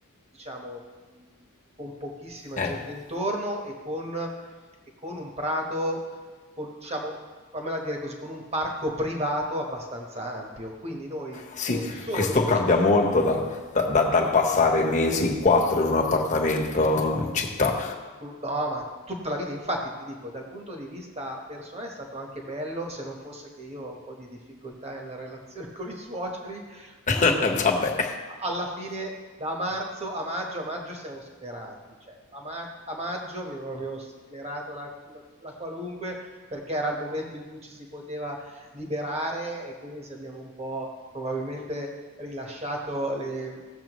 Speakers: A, on the right; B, on the left.
A: diciamo, mh, con pochissima
B: Eh.
A: gente intorno e con, e con un prato, con, diciamo, fammela dire così, con un parco privato abbastanza ampio. Quindi noi
B: Sì,
A: non solo...
B: questo cambia molto da- da- da- dal passare mesi in quattro in un appartamento in città.
A: Tu no, ma tutta la vita, infatti ti dico, dal punto di vista personale è stato anche bello, se non fosse che io ho un po' di difficoltà nella relazione <laughs> con i suoceri,
B: <laughs>
A: quindi alla fine,
B: Vabbè.
A: alla fine da marzo a maggio, a maggio siamo sclerati, cioè a, ma- a maggio abbiamo proprio sclerato la, la- la qualunque perché era il momento in cui ci si poteva liberare e quindi se abbiamo un po' probabilmente rilasciato le,